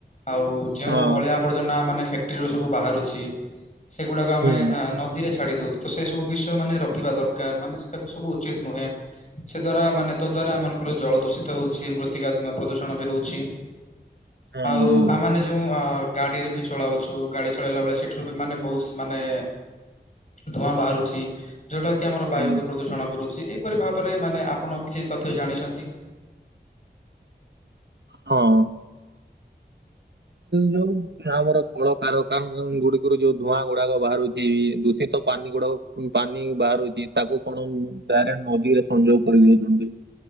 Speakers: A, on the left; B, on the right.
A: ଆଉ ଯେଉଁ
B: ହଁ
A: ଅଳିଆ ଆବର୍ଜନା ମାନେ ଫ୍ୟାକ୍ଟ୍ରିରୁ ସବୁ ବାହାରୁଛି, ସେଗୁଡ଼ାକ ଆମେ
B: ହୁଁ
A: ନ ଦିରେ ଛାଡି ଦଉ, ତ ସେ ସବୁ ବିଷୟ ମାନେ ରଖିବା ଦରକାର, ମାନେ ସେ ତାକୁ ସବୁ ଉଚିତ ନୁହେଁ। ସେ ଦ୍ଵାରା ମାନେ ତ ଦ୍ଵାରା ଆମମାନଙ୍କର ଜଳ ଦୂଷିତ ହଉଛି, ମୃତ୍ତିକା ପ୍ରଦୂଷଣ ବି ହଉଛି।
B: ହୁଁ
A: ଆଉ
B: ହୁଁ
A: ଆମାନେ ଯୋଉ ଅ ଗାଡିରେ ବି ଚଳାଉଛୁ, ଗାଡି ଚଳେଇଲା ବେଳେ, ସେଠରୁ ବି ମାନେ ବହୁତ ମାନେ ଧୂଆଁ ବାହାରୁଛି, ଯୋଉଟା କି ଆମର
B: ହୁଁ
A: ବାୟୁ କୁ ପ୍ରଦୂଷଣ କରୁଛି। ସେ ଏପରି ଭାବରେ ମାନେ ଆପଣ କିଛି ତଥ୍ୟ ଜାଣିଛନ୍ତି?
B: ହଁ ଅଁ। ଯୋଉ ଆମର କଳ କାରଖାନା ଗୁଡିକରୁ ଯୋଉ ଧୂଆଁ ଗୁଡାକ ବାହାରୁଛି, ଦୂଷିତ ପାନି ଗୁଡାକ ପାନି ବାହାରୁଛି, ତାକୁ କଣ ଡାଇରେକ୍ଟ ନଦୀରେ ସଂଯୋଗ କରିଦଉଛନ୍ତି।